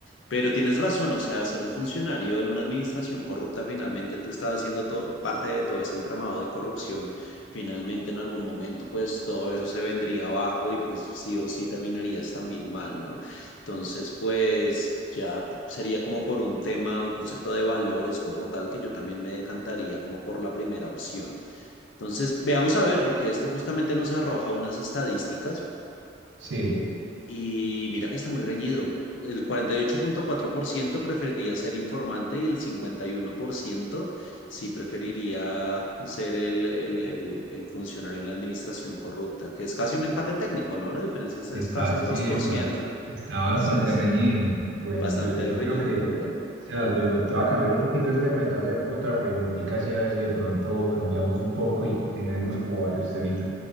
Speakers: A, on the left; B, on the right.
A: Pero tienes razón, o sea, ser un funcionario en una administración corrupta, finalmente tú estás haciendo to- parte de todo ese entramado de corrupción. Finalmente, en algún momento, pues todo eso se vendría abajo y pues sí o sí terminarías también mal, ¿no? Entonces, pues ya p- sería como por un tema, un concepto de valores como tal, que yo también me decantaría como por la primera opción. Entonces, veamos a ver, porque esto justamente nos arroja unas estadísticas
B: Sí.
A: y mira que está muy reñido. El cuarenta y ocho punto cuatro por ciento preferiría ser informante y el 51% sí preferiría ser el, el, el, el funcionario en la administración corrupta, que es casi un empate técnico, ¿no? La diferencia es de
B: Está,
A: escasos
B: sí,
A: dos por
B: está,
A: ciento
B: está
A: Entonces...
B: bastante reñido. Bueno,
A: Bastante
B: yo, yo
A: reñido,
B: creo que,
A: pero bueno,
B: Sebas, bueno, te voy a cambiar un poquito el tema y te voy a hacer otra preguntita así a ver si de pronto cambiamos un poco y tenemos como varios temitas.